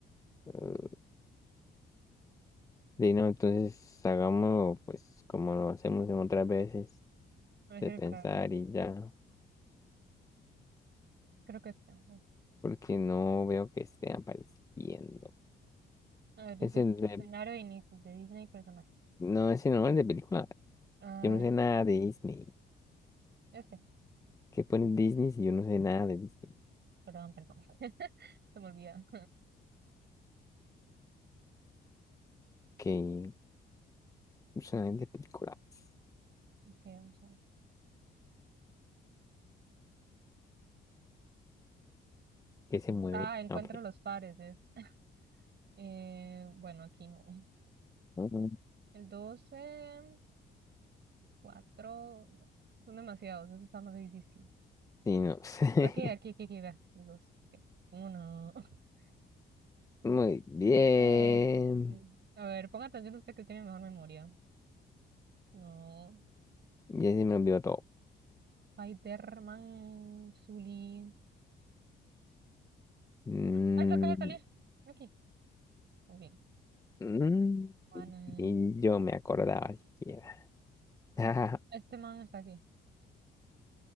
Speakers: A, on the left (about 15°); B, on the right (about 60°).
A: eh, de no, entonces hagámoslo pues como lo hacemos en otras veces,
B: A ver,
A: de pensar
B: para ver,
A: y ya,
B: creo que está.
A: porque no veo que esté apareciendo.
B: A ver, dice
A: Es el de,
B: escenario de inicio de Disney y personajes.
A: no, ese no, el de película.
B: Ah,
A: Yo no sé nada de Disney.
B: este,
A: ¿Qué pone Disney si yo no sé nada de Disney?
B: perdón, perdón, <laughs> se me olvida.
A: Que personajes de películas.
B: Okay, vamos a ver.
A: que se mueve?
B: Ah, encuentra
A: Ok.
B: los pares, es. <laughs> Eh, bueno, aquí no.
A: Ujú.
B: El 12 4 no, son demasiados, eso está más difícil.
A: Sí, no sé.
B: Aquí, aquí, aquí, aquí, vea, los dos. Okay. Uno. <laughs>
A: <laughs> Muy bien.
B: Eh, a ver, ponga atención usted que tiene mejor memoria. No.
A: Ya se me olvidó todo.
B: Spider-Man, Zully.
A: Mm,
B: ¡Ay, se acaba de salir! Aquí. Muy bien.
A: mm,
B: Juana.
A: ni yo me acordaba siquiera. <laughs> Ah,
B: Este man está aquí.